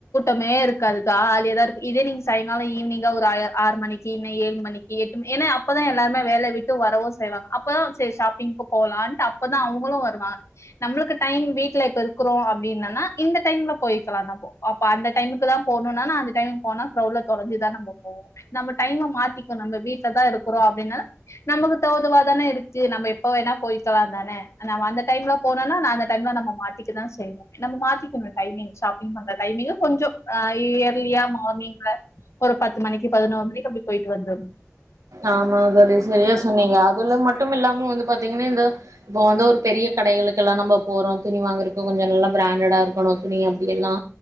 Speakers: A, on the left; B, on the right.
A: னமே இருக்காது காலியா தா இருக்கோ இதே நீங்க சாயங்கால ஈவினிங்கா ஒரு ஆறு மணிக்கி இல்லன்ன ஏழு மணிக்கி எட்டு ம ஏன்னா அப்பதா எல்லாருமே வேல விட்டு வரவு செய்வாங்க அப்பதா சரி ஷாப்பிங்க்கு போலான்ட்டு அப் அப்பதா அவுங்களு வருவாங்க நம்மளுக்கு டைம் வீட்டுல இப்ப இருக்கிறோ அப்டின்னனா இந்த டைம்ல போய்க்கலா நம்மோ அப்போ அந்த டைமுக்கு தா போனோனா அந்த டைமுக்கு போனா கிரவுட்ல தொலஞ்சிதா நம்ம போவோ நம்ம டைம்ம மாத்திக்கனு நம்ம வீட்லதா இருக்கறோ அப்டின்னா நமக்கு தோதுவாதான இருக்கு நம்ம எப்ப வேணா போய்கலா தான நம்ம அந்த டைம்ல போனோனா நா அந்த டைம்ல நம்ம மாட்டிக்க தா செய்வோ நம்ம மாத்திக்கணு டைமிங் ஷாப்பிங் பண்ற டைமிங்கு கொஞ்சோ அ இயர்லியா மார்னிங்ல ஒரு பத்து மணிக்கு பதினோரு மணிக்கு அப்டி போயிட்டு வந்துர்னோ
B: ஆமா தோழி சரியா சொன்னீங்க அதுல்லா மட்டுல்லாம வந்து பாத்தீங்கன்னா இந்த இப்போ வந்து ஒரு பெரிய கடைகளுக்கெல்லா நம்ப போறோ துணி வாங்குறக்கு கொஞ்சோ நல்லா பிராண்டடா இருக்கணு துணி அப்டியெல்லா